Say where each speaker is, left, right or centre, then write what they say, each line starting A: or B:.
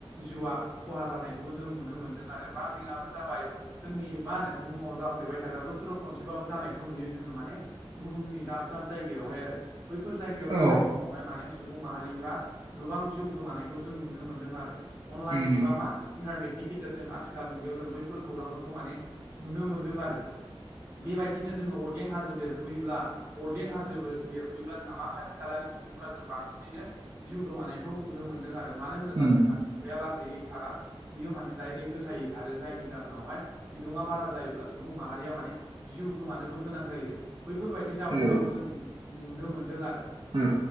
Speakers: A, on the right (about 20°); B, on the right (about 55°).
A: जिउआ खहा जानायखौबो जों नुनो मोनदों आरो बांग्रिंआबो जाबाय जोंनि मा होनो बुहुमाव जाफ्लेबाय थाग्रा बोसोराव खनसेबाबो जानाय खौ नुयो जोङो माने बुहुमनि दाब दाब जायगायावहाय आरो बैफोर जायगायाव
B: औ
A: जानाय समाव बेहाय माने सुबुं माहारिफ्रा गोबां जिउ गोमानायखौ जों नुनो मोन्दों आरो अनलाइन
B: उम
A: एबा मा इन्टारनेटनि गेजेरजों आथिखाल मुगायाव जों बैफोर खौरांफोरखौ माने नुनो मोन्दों आरो बेबायदिनो जोङो अरगें हाजो बेरफुयोब्ला अरगें हाजो बेरफुयोब्ला जोंहा मा खाथि खालानि सुबुंफोरा जों बांसिनैनो जिउ गोमानायखौ नुनो मोनदों आरो मानो होनोब्ला
B: उम
A: जोंहा खुथाया लाजियै खारा बियो माने दाइरेक्ट गोसायै खारो जायनि जाहोनावहाय बिदुङा बारा जायोब्ला सुबुं माहारिया माने जिउ गोमानोबो गोनां जायो बैफोरबायदि जाब्रबथायखौ
B: औ
A: जों नुनो मोनदों आरो
B: औ